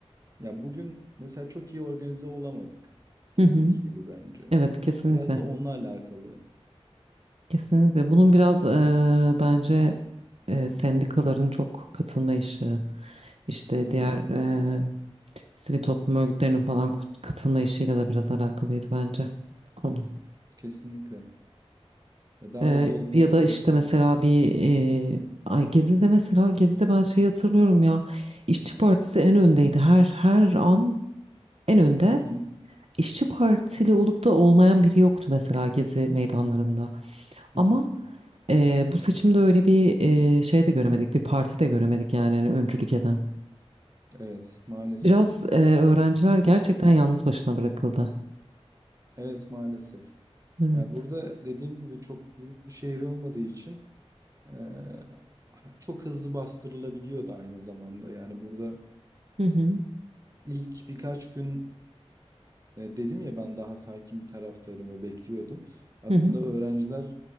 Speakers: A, on the right (about 30°); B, on the right (about 70°).
A: Ya bugün mesela çok iyi organize olamadık. Gezdeki
B: Hı hı.
A: gibi bence.
B: Evet kesinlikle.
A: Biraz da onunla alakalı.
B: Kesinlikle. Bunun biraz e, bence e, sendikaların çok katılma işi. İşte
A: Hı hı.
B: diğer eee sivil toplum örgütlerinin falan kut- katılma işiyle de biraz alakalıydı bence konu.
A: Kesinlikle. Ya Daha
B: Eee,
A: hızlı olunabilirdi.
B: ya da işte mesela bir eee ay Gezi'de mesela Gezi'de ben şeyi hatırlıyorum ya İşçi Partisi en öndeydi. Her her an en önde.
A: Hı hı.
B: İşçi Partili olup da olmayan biri yoktu mesela Gezi meydanlarında. Ama
A: Hı hı.
B: eee, bu seçimde öyle bir eee, şey de göremedik. Bir parti de göremedik yani hani öncülük eden.
A: Evet, maalesef.
B: Biraz eee, öğrenciler gerçekten yalnız başına bırakıldı.
A: Evet, maalesef.
B: Evet.
A: Ya burada dediğim gibi çok büyük bir şehir olmadığı için eee, çok hızlı bastırılabiliyordu aynı zamanda. Yani burada
B: Hı hı,
A: ilk birkaç gün e, dedim ya ben daha sakin bir taraftaydım ve bekliyordum. Aslında
B: hı hı,
A: öğrenciler